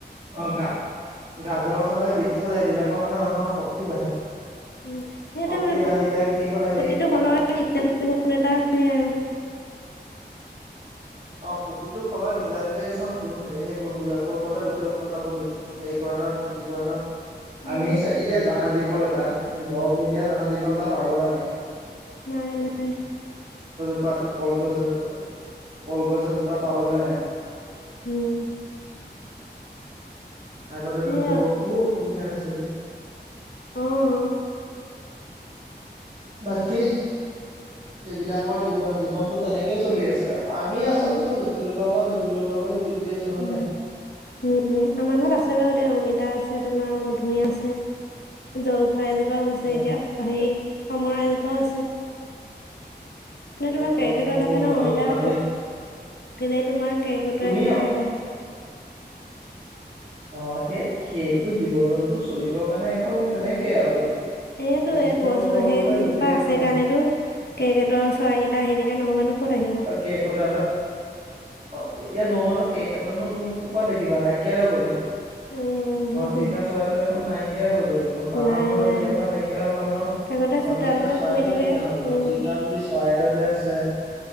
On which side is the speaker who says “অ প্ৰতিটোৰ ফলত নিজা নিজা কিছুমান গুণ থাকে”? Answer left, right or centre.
Right